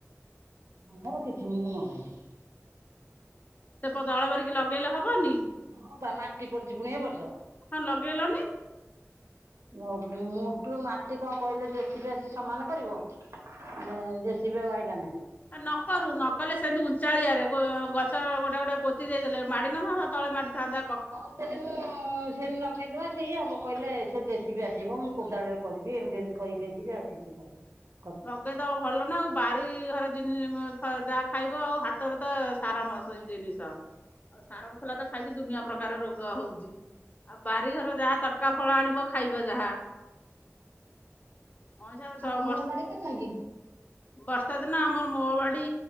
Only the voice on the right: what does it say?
ଆମୋର କିଛି ମୁଁ କଁ ନଗାଏନି।
ହଁ ବା ମାଟି ପଡିଚି ପୁଣି ଏ ବର୍ଷ। <inaudible>
ମୋଗ ମୋଟୁରୁ ମାଟି କଁ କହିଲେ ଯେ ସି ବି ଆସି ସମାନ କରିବ। ନେ ଯେ ସି ବି ଆଉ ଆଇଲାଲେଇ।
କହୁଥିଲି ମୁଁ ସେମି ଲ ଏ ସେଇ ହବ କହିଲେ ସେ ଯେ ସି ବି ଆସିବ ମୁଁ କୋଦାଳ ରେ କରିବି ଏମିତି ଏମିତି କହି କିହିକିରି ଆଉ କିଛି କ ହ
ମୁଁ ମୁଁ
ବାଡି କାରନା କି?